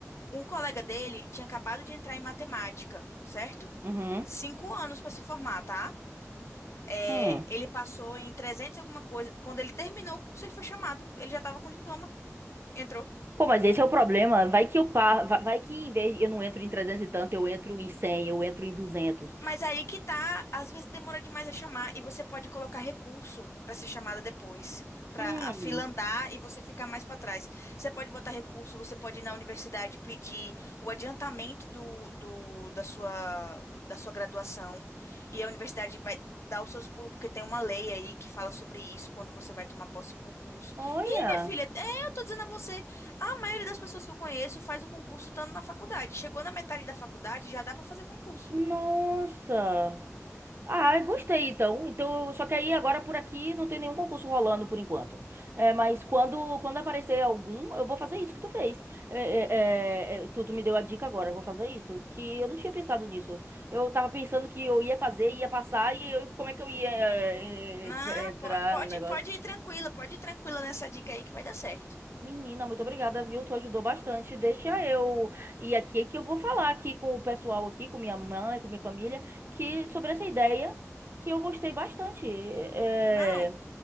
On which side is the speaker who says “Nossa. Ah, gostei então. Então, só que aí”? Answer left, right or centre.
Right